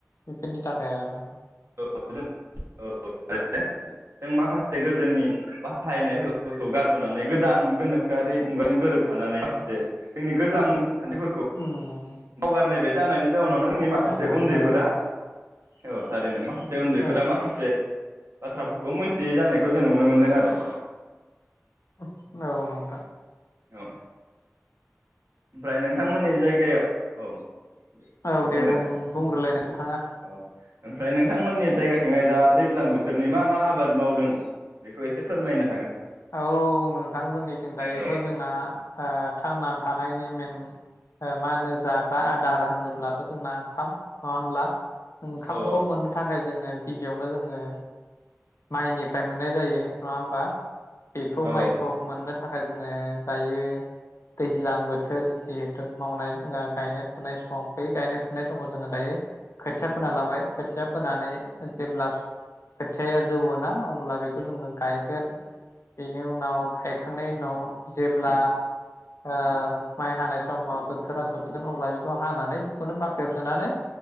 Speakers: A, on the left; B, on the right.
A: बेफोरनि थाखाय आरो माने
B: <unintelligible> जों माखासे गोदोनि बाहायनाय हुदाफोरखौ गारबोनानै गोदान गोनोखोआरि मुगाजों गोरोब फानानै माखासे जोंनि गोजाम खान्थिफोरखौ
A: उम
B: बावगारनाय बायदि जानायनि जाउनावनो
A: औ
B: जोंनि
A: गारलांनो
B: माखासे
A: हमबाय
B: उन्दैफोरा
A: आरो माने
B: औ थारैनो मा खासे उन्दैफोरा
A: औ
B: माखासे बाथ्राफोरखौ मोनथियै जानायखौ जों नुनो मोनदों आरो
A: औ नोंथां
B: औ ओमफ्राय नोंथांमोननि जायगायाव, औ दे
A: औ
B: बुंलाय,
A: बुं बुंग्रोलाय नोंथाङा
B: औ ओमफ्राय नोंथांमोननि जायगा थिंहाय दा दैज्लां बोथोरनि मा मा आबाद मावदों? बेखौ एसे फोरमायना
A: औ नोंथां जोंनिथिं दायोथ
B: औ
A: जोंना आ थांनानै था नायनि मेन ओ मा होनो जाग्रा आ दार होनोब्लाथ जोंना ओंखाम नङा होमब्ला? ओंखामखौ
B: औ
A: मोननो थाखाय जोङो गिबियावनो जोङो माइनिफ्राय मोननाय जायो। नङा होमबा? बेखौ
B: औ
A: माइखौ मोननो थाखाय जोङो दायो दैज्लां बोथोर जिहेथु मावनाय ओ गायनाय फुनाय सम बै गायनाय फुनाय समाव जोङो दायो खोथिया फोना लाबाय। खोथिया फोनानै उम जेब्ला स‌ खोथि या जौवोना अब्ला बेखौ जोङो गायगोन, बेनि उनाव गायखांनायनि उनाव जेब्ला ओ माइ हानाय समाव बोथोरा सफैगोन अब्ला बेखौ हानानै बेखौनो बाख्रिआव सोनानै